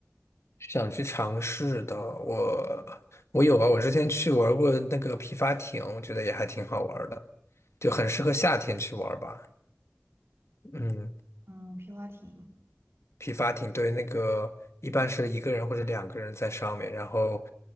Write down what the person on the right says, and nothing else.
嗯，
嗯皮划艇，
嗯